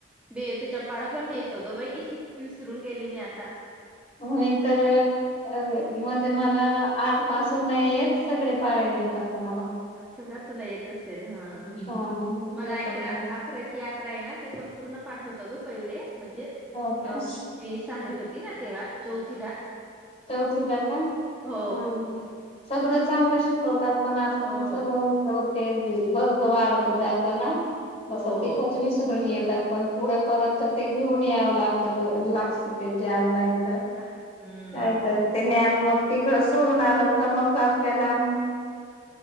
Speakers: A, in the centre; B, on the left (about 35°).
A: बे ऐक च्या पाडा पण नाय येतो ग बाई विसरून गेली मी आता
B: मी तर अ म्हणजे मला आठ पासून नाय येत सगडे पाडे येता पण मला
A: सगळा तुला येत असेल हा
B: हा ना
A: मला
B: येत
A: एकरा
B: होत
A: अकरा एक की अकरा आहे ना ते पण पूर्ण पाठ होत ग पहिले म्हणजे
B: हो
A: अं
B: का
A: कितवी सहावी होती ना तेव्हा चौथीला
B: चौथीला का
A: हो
B: हा सगळं चांगलं शिकवतात पण आजण
A: हो
B: सगळं उठ ते बी <unintelligible> वाढत जात ना
A: हो.
B: असं तिथं विसरून येतात पण पुढेपर्यंत ते घेऊन यावं लागत लागत ते ग्यान नायत.
A: हम्म
B: काय तर ते ज्ञान मग तिकडं सोडून आलं का मग आपल्याला